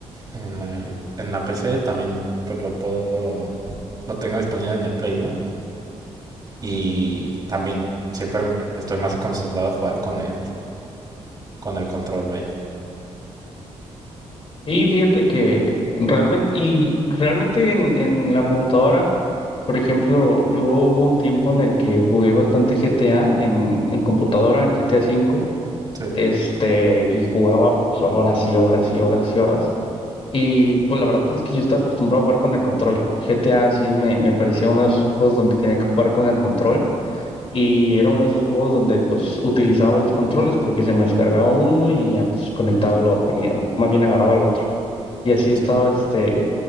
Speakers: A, on the right; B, on the left.
A: en la, en la PC, también pues lo puedo, lo tengo disponible en el Play, ¿no? Y también siempre estoy más acostumbrado a jugar con el, con el control, vaya.
B: Y fíjate que realmente, y realmente en, en la computadora, por ejemplo, yo hubo un tiempo en el que jugué bastante GTA en, en computadora, el GTA V,
A: Sí,
B: este, y jugaba pues, horas y horas y horas y horas. Y pues la verdad es que yo estaba acostumbrado a jugar con el control. GTA sí me, me parecía uno de esos juegos donde tenía que jugar con el control. Y era uno de esos juegos donde pues utilizaba varios controles porque se me descargaba uno y ya pues conectaba al otro, ponía- más bien agarraba el otro. Y así estaba
A: sí.
B: este,